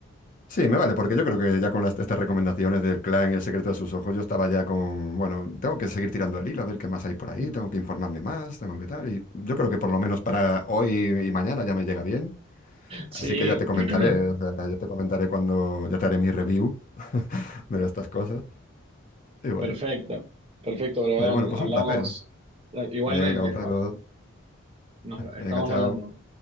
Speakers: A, on the left; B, on the right.
A: Sí, me vale, porque yo creo que ya con las- estas recomendaciones del clan y el secreto de sus ojos, yo estaba ya con, bueno, tengo que seguir tirando el hilo, a ver qué más hay por ahí,
B: <laughs>
A: tengo que informarme más, tengo que tal, y yo creo que por lo menos para hoy y mañana ya me llega bien,
B: Sí,
A: así que ya te comentaré,
B: <clears throat>
A: o sea, yo te comentaré cuando, ya te haré mi review de estas cosas, igual.
B: perfecto, perfecto, Brian,
A: Pero bueno, pues
B: hablamos
A: un placer.
B: eh, igualmente,
A: Venga, Gonzalo,
B: ¿no? nos estamos
A: venga, chao.
B: hablando.